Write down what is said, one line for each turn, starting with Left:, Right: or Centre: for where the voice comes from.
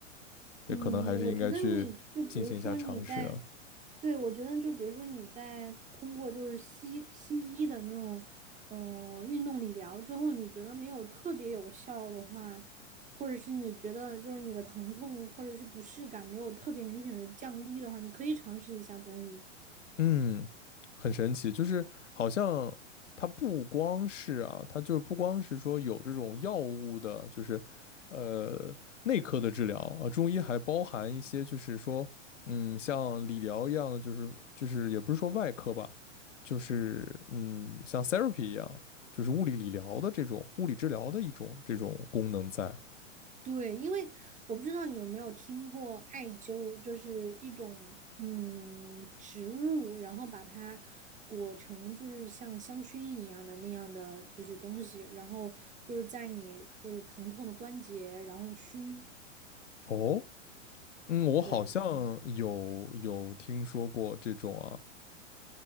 Left: 也可能还是应该去进行一下尝试啊。
Right: 嗯，我觉得你就比如说你在，对，我觉得就比如说你在通过就是西西医的那种嗯运动理疗之后，你觉得没有特别有效的话，或者是你觉得就是你的疼痛或者是不适感没有特别明显的降低的话，你可以尝试一下中医。
Left: 嗯，很神奇，就是好像它不光是啊，它就不光是说有这种药物的，就是呃内科的治疗啊，中医还包含一些就是说，嗯，像理疗一样的，就是就是也不是说外科吧，就是嗯像 therapy 一样，就是物理理疗的这种物理治疗的一种这种功能在。
Right: 对，因为我不知道你有没有听过艾灸，就是一种嗯植物，然后把它裹成就是像香薰一样的那样的就是东西，然后就是在你就是疼痛的关节，然后熏。
Left: 哦，嗯，我好像有有听说过这种啊，
Right: 对，